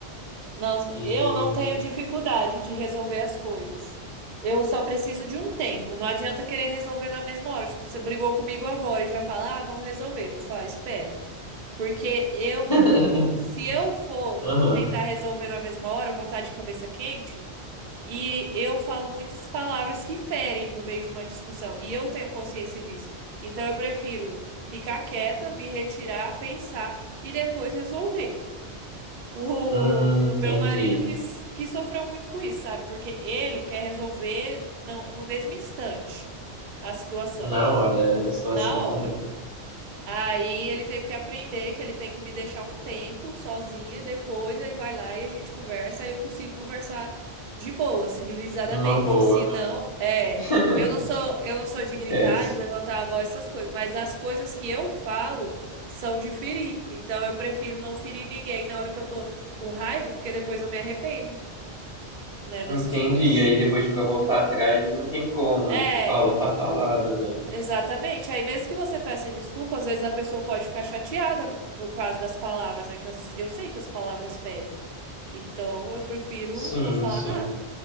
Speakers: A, on the right; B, on the left.
A: Nossa,
B: Gente.
A: eu não tenho dificuldade de resolver as coisas. Eu só preciso de um tempo. Não adianta querer resolver na mesma hora. Tipo, você brigou comigo agora e já fala, ah, vamos resolver. Eu vou falar, espera. Porque eu,
B: <laughs>
A: se eu for
B: Aham.
A: tentar resolver na mesma hora, eu vou estar de cabeça quente. E eu falo muitas palavras que ferem no meio de uma discussão. E eu tenho consciência disso. Então eu prefiro ficar quieta, me retirar, pensar e depois resolver. O,
B: Hum,
A: o
B: entendi.
A: meu marido que, s- que sofreu muito com isso, sabe? Porque ele quer resolver no, no mesmo instante a situação,
B: Na hora, eu sou
A: na
B: assim
A: hora.
B: também.
A: Aí ele teve que aprender que ele tem que me deixar um tempo sozinha, depois ele vai lá e a gente conversa, aí eu consigo conversar de boa, civilizadamente.
B: Numa boa,
A: Se
B: né?
A: não, é,
B: <laughs>
A: eu não sou, eu não sou de gritar,
B: Esquece.
A: de levantar a voz, essas coisas, mas as coisas que eu falo são de ferir. Então eu prefiro não ferir ninguém na hora que eu tô com raiva, porque depois eu me arrependo, né, dessas
B: Entendi.
A: coisas.
B: E aí depois pra voltar atrás não tem como,
A: É,
B: né? Tipo, falou, tá falada, né?
A: Exatamente. Aí, mesmo que você peça desculpa, às vezes a pessoa pode ficar chateada por causa das palavras, né? Que as- eu sei que as palavras ferem. Então, eu prefiro
B: Sim,
A: não falar
B: sim.
A: nada.